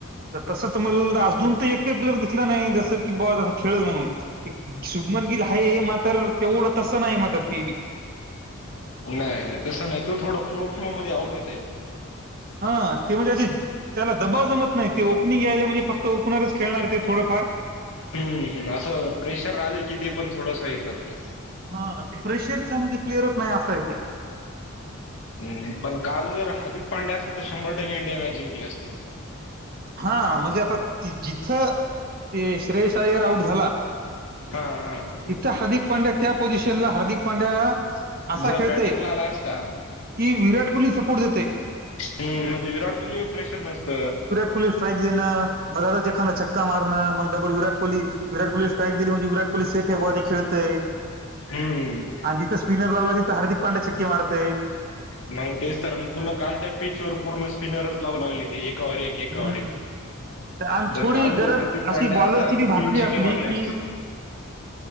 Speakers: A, on the right; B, on the left.
A: तसं तर मला अजून तर एकही प्लेयर दिसला नाही जसं की बुवा तस खेळल म्हणून. एक शुभमन गिल हाये मातर तेवढं तसं नाही मातर ते बी.
B: नाही नाही. तसं नाही. तो थोडा फ्लो फ्लो मध्ये आउट होतोय.
A: हा. ते म्हणजे अचीच- त्याला दबाव जमत नाही. ते ओपनिंग यायलए म्हणजे फक्त ओपनरच खेळणार ते थोडंफार.
B: हम्म हम्म. असं प्रेशर आलं की ते पण थोडस हे करत.
A: हा. ते प्रेशरचा म्हणजे प्लेअरच नाही असंय ते.
B: हं. पण काल जर हार्दिक पांड्या असता तर शंभर टक्के इंडिया मॅच जिंकली असती.
A: हा. म्हणजे आता जिथं ते श्रेयस आय्यर आऊट झाला-
B: हा. हा.
A: तिथं हार्दिक पांड्या त्या पोझिशनला, हार्दिक पांड्या- असा
B: जर
A: खेळतोय
B: बॅटिंगला आला असता-
A: की विराट कोहली सपोर्ट देतोय.
B: हम्म. म्हणजे विराट कोहलीवर प्रेशर नसत.
A: कोली स्ट्राईक देणं. मधूनच एकादा छक्का मारण मग डबल विराट कोहली- विराट कोहली स्ट्राईक दिली म्हणजे विराट कोहली सेफ आहे बुवा ते खेळतय.
B: हम्म
A: आणि जिथे- स्पिनर लावला तिथे हार्दिक पांड्या छक्के मारतय.
B: म तेच तर पुन्हा कालच्या पीच वर पूर्ण स्पिनर लावू लागले ते एकावर एक. एकावर
A: हं.
B: एक.
A: आणि थोडी
B: बर काल
A: गरज
B: जर हार्दिक
A: अशी
B: पांड्या
A: बॉलरची
B: असता
A: बी
B: तर
A: भासली
B: तीन छक्के
A: आपली
B: मारले
A: की
B: असते.